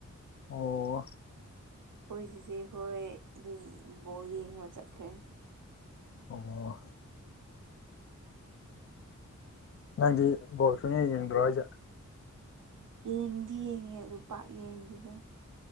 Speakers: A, on the left (about 50°); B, on the right (about 80°).
A: ꯑꯣ
B: ꯑꯩꯈꯣꯏ ꯆꯤꯆꯦ ꯍꯣꯏꯗꯤ ꯕꯣꯜ ꯌꯦꯡꯕ ꯆꯠꯈ꯭ꯔꯦ
A: ꯑꯣ ꯅꯪꯗꯤ ꯕꯣꯜ ꯁꯨꯡꯌꯦꯡ ꯌꯦꯡꯗꯔꯣ ꯍꯥꯏꯁꯦ
B: ꯌꯦꯡꯗꯤ ꯌꯦꯡꯉꯦ ꯑꯗꯨ ꯄꯥꯛ ꯌꯦꯡꯗꯦꯗ